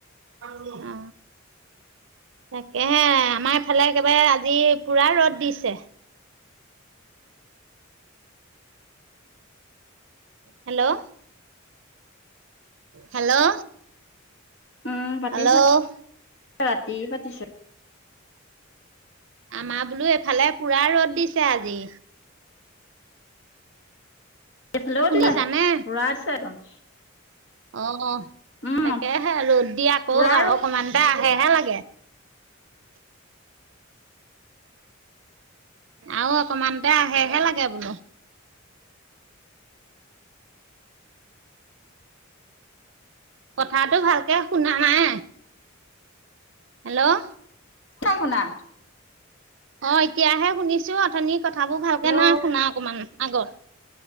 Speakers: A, on the right; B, on the left.
A: উম তাকেহে আমাৰ ইফালে একেবাৰে আজি পুৰা ৰ'দ দিছে হেল্ল' হেল্ল'
B: উম পাতিছে
A: হেল্ল'
B: ৰাতি পাতিছে
A: আমাৰ বোলো এইফালে পুৰা ৰ'দ দিছে আজি
B: ইফালেও
A: শুনিছানে
B: দিলে পুৰাছে একদম
A: অ
B: উম,
A: তাকেহে ৰ'দ দি আকৌ
B: পুৰা
A: আউ অকমানতে আহে আহে লাগে আৰু অকমানতে আহে হে লাগে বোলো কথাটো ভালকে শুনা নাই হেল্ল'
B: নাই শুনা
A: অ এতিয়াহে শুনিছো অথনিৰ কথাবোৰ ভালকে
B: হেল্ল'
A: নাই শুনা অকমান আগত